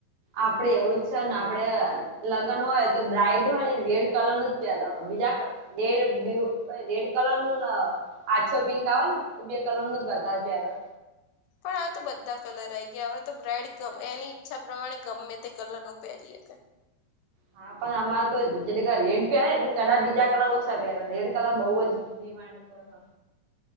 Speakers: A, on the right (about 70°); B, on the left (about 80°).
A: આપડે એવું છે ને આપડણેે લગ્ન હોય તો બ્રાાઈટ હોય ને રેડ કલર નું જ પ્યાદ હોય બીજા કલર દેડ બ્લુ દેડ કલર નું ના આછો પિંક આવે ને એ બે કલર નો જ વધારે પ્ય્યારે
B: પણ હવે તો બધા કલર આ ગયા હવે તો બ્રાડ ગમે એની ઈચ્છા પ્રમાણે ગમે તે કલર નું પહેરી શકે.
A: હા પણ અમારે તો જેટ રેડ પ્યા એટલે ઘણા બીજા કલર ઓછા પ્યા રેડ કલર બઉુ જ વાડ પર હ